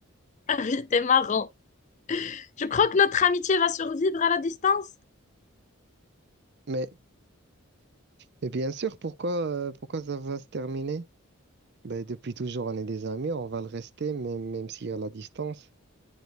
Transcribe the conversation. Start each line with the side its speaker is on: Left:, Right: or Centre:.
Left: Ah oui, t'es marrant. Je crois que notre amitié va survivre à la distance.
Right: Mais, mais bien sûr, pourquoi, euh, pourquoi ça va se terminer? Ben, depuis toujours, on est des amis, on va le rester, même, même s'il y a la distance.